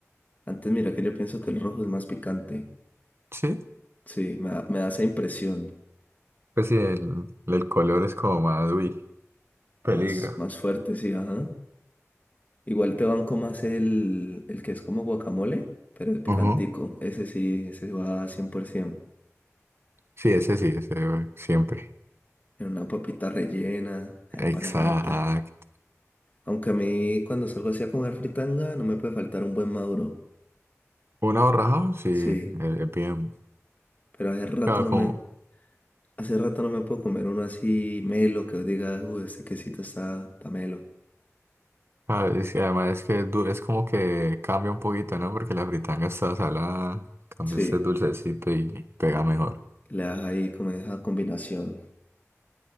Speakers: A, on the left; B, on the right.
A: Antes mira que yo pienso que el rojo es más picante.
B: Sí,
A: Sí, me da, me da esa impresión.
B: pues sí, el, el color es como más, uy, peligro.
A: Más, más fuerte, sí, ajá. Igual te banco más el, el que es como guacamole, pero el picantico.
B: Ujú.
A: Ese sí, ese va 100%.
B: Sí, ese sí, ese eh, siempre.
A: En una papita rellena, la empanadita.
B: Exacto.
A: Aunque a mí cuando salgo así a comer fritanga no me puede faltar un buen maduro.
B: Un aborrajado, sí,
A: Sí,
B: eh, bien.
A: pero hace rato
B: Claro,
A: no
B: como,
A: me, hace rato no me puedo comer uno así melo que os diga, uy, este quesito está, está melo.
B: ah, es- y además es que es, du- es como que cambia un poquito, ¿no? Porque la fritanga está salada, cambia
A: Sí,
B: este dulcecito y pega mejor.
A: le das ahí como esa combinación.